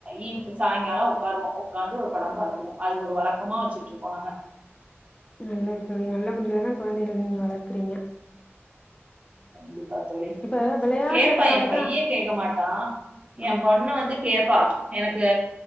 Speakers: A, on the right (about 30°); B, on the left (about 25°).
A: ஈவ்னிங் சாயங்காலோ உக்காருவோ உக்காந்து ஒரு படம் பாத்துருவோ அது ஒரு வழக்கமா வெச்சுட்டு இருக்கோ நாங்க
B: நல்லது தோழி நல்ல முறையாதா கொழந்தைகள நீங்க வளக்குறீங்க
A: கண்டிப்பா தோழி
B: இப்ப விளையாடுறதுனாலதா
A: கேட்பா ஏ பைய கேட்க மாட்டா ஏ
B: ஆ
A: பொண்ணு வந்து கேப் பா எனக்கு